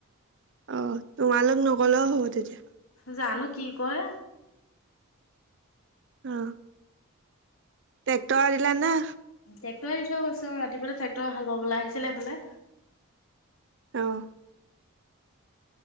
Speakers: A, on the right; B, on the left.
A: অ', তোমালোক নগলেও হ'ব তেতিয়া।
B: জানো কি কয়।
A: অ। টেক্টৰ আৰিলা না?
B: ট্ৰেক্টৰে দি থৈ গৈছে অ', ৰাতিপুৱা ট্ৰেক্টৰে হাল পাবলৈ আহিছিলে এফালে।
A: অ'।